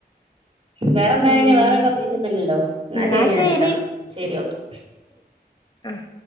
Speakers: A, on the right; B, on the left.
A: വേറെന്താ
B: ഉം
A: പിന്നെ വേറെ പ്രത്യേകിച്ചൊന്നുല്ലല്ലോ ന്ന
B: എന്നാ
A: ശരിന്നാൽ
B: ശരി
A: ട്ടൊ ശരി ഓക്കെ
B: ആഹ